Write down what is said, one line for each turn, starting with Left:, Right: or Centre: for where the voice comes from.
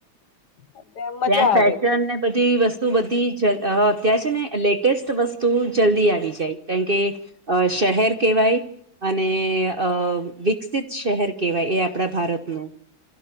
Left: એટલે મજા
Right: ત્યાં
Left: આવે
Right: ફેશન ને બધી વસ્તુ બધી જ અ અત્યાર છે, ને લેટેસ્ટ વસ્તુ જલ્દી આવી જાય કારણ કે અ શહેર કેવાય અને અ વિકસિત શહેર કેવાય એ આપણા ભારતનું